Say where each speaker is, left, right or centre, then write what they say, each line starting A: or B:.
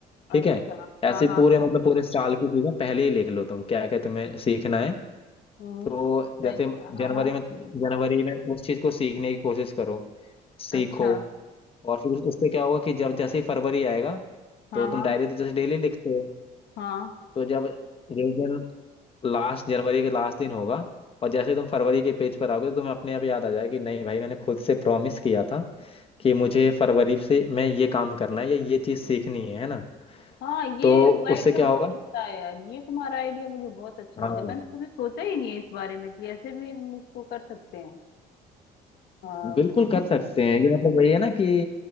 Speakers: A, on the left (about 35°); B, on the left (about 75°).
A: ठीक
B: अच्छा
A: है ऐसे
B: हाँ हाँ
A: पूरे मतलब पूरे साल की चीजें पहले ही लिख लो तुम क्या क्या तुम्हें सीखना है
B: हम्म
A: तो
B: सही
A: जैसे
B: हाँ
A: जनवरी
B: हाँ
A: में जनवरी में उस चीज को सीखने की कोशिश करो सीखो
B: अच्छा
A: और फिर उससे क्या होगा कि जब जैसे ही फरवरी आएगा
B: हाँ
A: तो तुम
B: हाँ
A: डायरी तो जैसे डेली लिखते हो
B: हाँ
A: तो जब जिस दिन लास्ट जनवरी के लास्ट दिन होगा और जैसे ही तुम फरवरी के पेज पर आओगे तो तुम्हें अपने आप याद आ जाएगा कि नहीं भाई मैंने खुद से प्रॉमिस किया था कि मुझे फरवरी से मैं ये काम करना है या ये चीज़ सीखनी है है ना
B: हाँ ये
A: तो उससे
B: आइडिया
A: क्या
B: बहुत
A: होगा
B: अच्छा है यार ये तुम्हारा आइडिया मुझे बहुत अच्छा
A: हाँ
B: लगा मैंने तो कभी सोचा ही नहीं है इस बारे में कि ऐसे भी हम इसको कर सकते हैं हाँ
A: बिल्कुल कर सकते हैं ये मतलब वही है ना कि